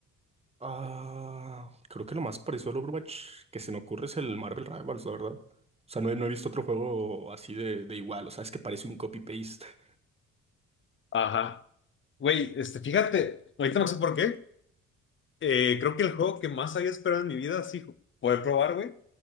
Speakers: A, on the right; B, on the left.
A: Ah, creo que lo más parecido al Overwatch que se me ocurre es el Marvel Rivals, la verdad. O sea, no he, no he visto otro juego así de, de igual, o sea, es que parece un copy-paste. <laughs>
B: Ajá. Güey, este, fíjate, ahorita no sé por qué, eh, creo que el juego que más había esperado en mi vida, sí, poder probar, güey,